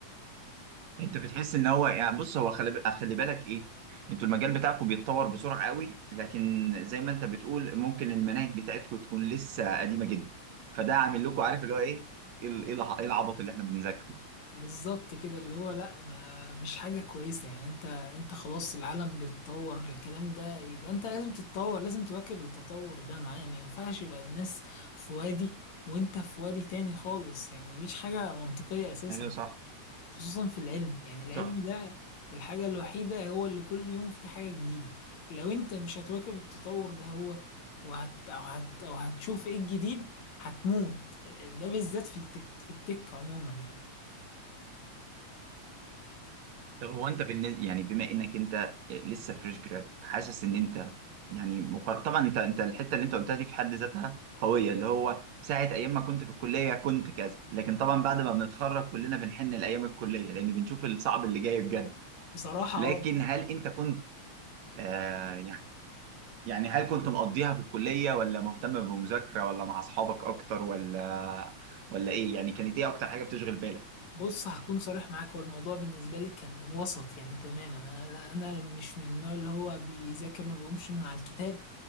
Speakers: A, on the right (about 70°); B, on the left (about 70°).
A: انت بتحس ان هو يعني بص هو خلي ب- خلي بالك ايه انتوا المجال بتاعكم بيتطور بسرعه قوي لكن زي ما انت بتقول ممكن المناهج بتاعتكم تكون لسه قديمه جدا فده عامل لكم عارف اللي هو ايه ال- ايه الع- إيه العبط اللي احنا بنذاكره ده
B: بالظبط كده اللي هو لا ما مش حاجة كويسة يعني انت انت خلاص العالم بيتطور الكلام ده يبقى انت لازم تتطور لازم تواكب التطور ده معاه ما ينفعش يبقى الناس في وادي وانت في وادي تاني خالص يعني مفيش حاجة منطقية اساسا
A: ايوه صح
B: خصوصا في العلم يعني العلم
A: صح
B: ده الحاجة الوحيدة هو اللي كل يوم في حاجة جديدة لو انت مش هتواكب التطور ده هو وهت أو هت أو هتشوف ايه الجديد هتموت ده بالذات في التك في التك عموما يعني
A: طب هو انت بالنسبه يعني بما انك انت لسه فريش جراد حاسس ان انت يعني مقر... طبعا انت انت الحته اللي انت قلتها دي في حد ذاتها قويه اللي هو ساعه ايام ما كنت في الكليه كنت كذا لكن طبعا بعد ما بنتخرج كلنا بنحن لايام الكليه لان بنشوف الصعب اللي جاي بجد
B: بصراحة
A: لكن
B: اه
A: هل انت كنت آه يعني يعني هل كنت مقضيها في الكليه ولا مهتم بالمذاكره ولا مع اصحابك اكتر ولا ولا ايه يعني كانت ايه اكتر حاجه بتشغل
B: بص هكون صريح معاك هو الموضوع بالنسبة لي كان وسط يعني تماما أنا لا- أنا مش من النوع اللي هو بيذاكر ما بيقومش من على الكتاب